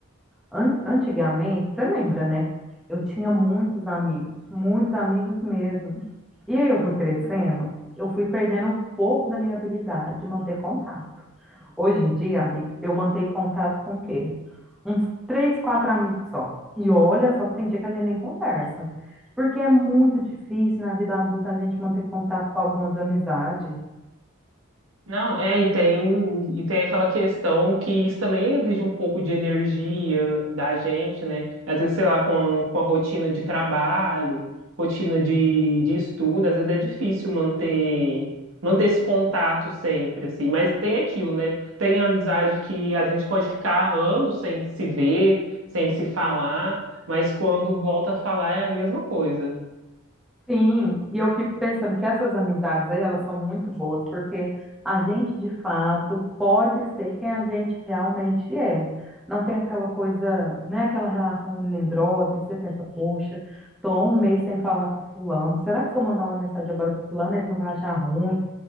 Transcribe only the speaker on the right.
Não, é, e tem, e tem aquela questão que isso também exige um pouco de energia da gente, né? Às vezes, sei lá, com a, com a rotina de trabalho, rotina de, de estudo, às vezes é difícil manter, manter esse contato sempre, assim. Mas tem aquilo, né? Tem a amizade que a gente pode ficar anos sem se ver, sem se falar, mas quando volta a falar é a mesma coisa.